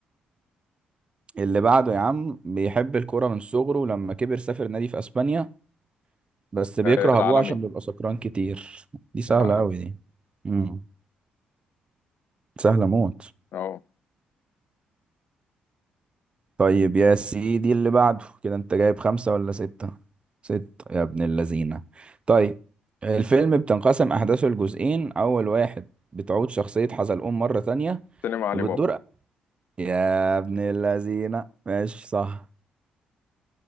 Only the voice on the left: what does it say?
آه، العالمي
العالمي
اهو
سينما علي
بابا